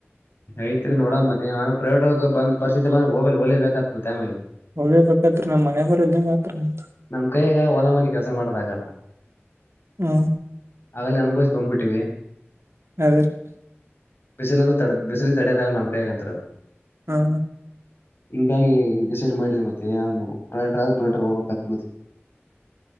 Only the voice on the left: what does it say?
ಐತ್ರಿ ನೋಡ ಮತ್ತೆ ಆಮೇ ಪ್ರೈೇಟೋಗ ಬಂದ ಪರಿಸ್ಥಿತಿ ಬಂದ ಹಲಿಬೇಕತ್ತ್ತ ಆಮ್ಯಾಗ
ನಮ್ ಕೈಗ ಹೊಲಮನೆಿ ಕೆಲಸ ಮಾಡ್ದಾಗಲ್ಲ
ಹಾಗಲೇ ಅನುಭವ್ಕೊಂಡ್ಬಿಟ್ಟಿವವಿ
ಬಿಸಿಲ ಅಂದ್ರ ತಡ ಬಿಸಿಲು ತಡದಾಗಲ್ಲ ನಮ್ಕಾಯಂದ
ಹಿಂಗಾಗಿ ಮಿಸೇಜ ಮಾಡಿದೆ ಮತ್ತೆ ಏ ಪ್ರೊಡೈಡರ್ ಆದ್ರ ಪ್ರೈಡರ್ ಹೋಗಬೇಕತ್ತ್ತೆ